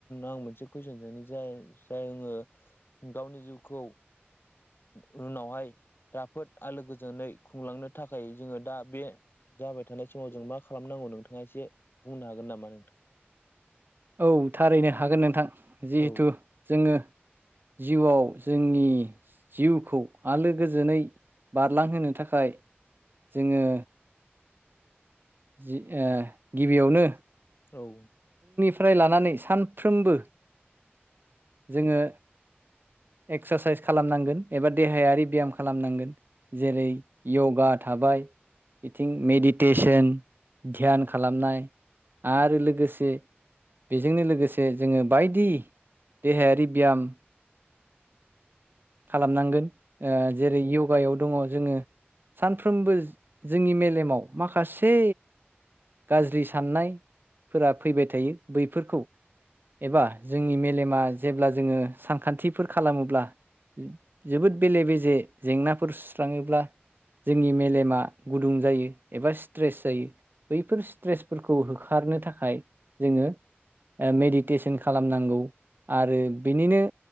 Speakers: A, on the left; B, on the right.
A: आं मोनसे कुइसन सोंनि जाय जाय आङो गावनि जिउ <unintelligible> उनावहाय राफोद आलो गोजोनै खुंलांनो थाखाय जोङो दा बे जाबाय थानाय समाव जों मा खालामनांगौ नोंथाङा एसे बुंनो हागोन नामा नोंथां?
B: औ थारैनो हागोन नोंथां जिहेथु
A: औ
B: जोङो जिउआव जोंनि जिउखौ आलो गोजोनै बारलांहोनो थाखाय जोङो जि गिबियावनो
A: औ
B: नि लानानै सानफ्रोमबो जोङो एक्सारसाइस खालामनांगोन एबा देहायारि ब्याम खालामनांगोन जेरै यगा थाबाय बिथिं मेडिटेसन ध्यान खालामनाय आरो लोगोसे बेजोंनो लोगोसे जोङो बायदि देहायारि ब्याम खालामनांगोन ओ जेरै यग गायाव दङ' जोङो सानफ्रोमबो जोंनि मेलेमाव माखासे गाज्रि साननायफोरा फैबाय थायो बैफोरखौ एबा जोंनि मेलेमा जेब्ला जोङो सानखान्थिफोर खालामोब्ला जोबोद बेले बेजे जेंनाफोर सुस्राङोब्ला जोंनि मेलेमा गुदुं जायो एबा स्ट्रेस जायो बैफोर स्ट्रेसफोरखौ होखारनो थाखाय जोङो मेडिटेसन खालामनांगौ आरो बिनिनो